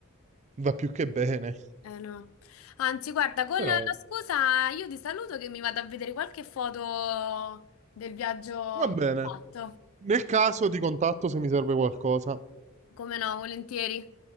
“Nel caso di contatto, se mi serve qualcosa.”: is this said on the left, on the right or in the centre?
Right